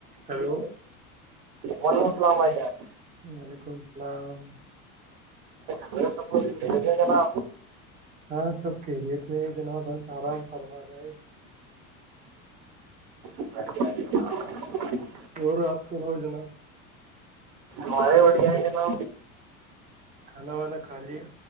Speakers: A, on the right; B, on the right.
A: Hello
B: وعلیکم السلام علیکم
A: وعلیکم السلام
B: کیا س گ جنا
A: ہاں سوب کے س جنا بس آرام فرمار ج ہے
B: ب <inaudible>
A: اور آپ سو نو جناب
B: مارے بڑیا نا
A: کھانا وانا کھا لیا